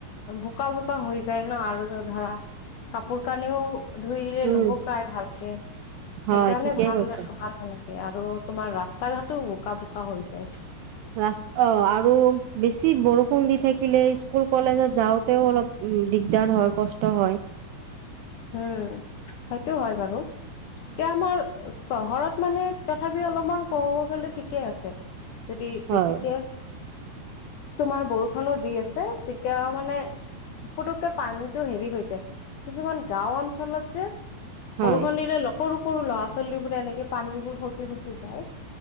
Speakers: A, on the left (about 75°); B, on the right (about 80°).
A: বোকা বোকা হৈ যায় ন, আৰু ধৰা কাপোৰ কানিও ধুইৰে
B: উম
A: নুশুকাই ভালকে
B: হয়
A: সেইকাৰণে
B: ঠিকে
A: ভাল
B: কৈছা।
A: ন ভাল নালাগে। এ আৰু তোমাৰ ৰাস্তা ঘাটো বোকা বোকা হৈ যায়।
B: ৰাচ অ' আৰু বেছি বৰষুণ দি থাকিলে স্কুল কলেজত যাওঁতেও অলপ দিগদাৰ হয়, কষ্ট হয়।
A: উম সেইটো হয় বাৰু, এতিয়া আমাৰ চহৰত মানে তথাপি অলপ তমাৰ কব গ'লে ঠিক ঠিকে আছে। যদি
B: হয়
A: বেছিকে তোমাৰ বৰষুনো দি আছে তেতিয়া মানে পুতুককে পানীটো হেৰি হৈ যায়। কিছুমান গাঁও অঞ্চলত যে
B: হয়
A: বৰষুণ দিলে সৰু সৰু ল'ৰা ছোৱালী বো এনেকে পানীবোৰ সচি সচি যায়,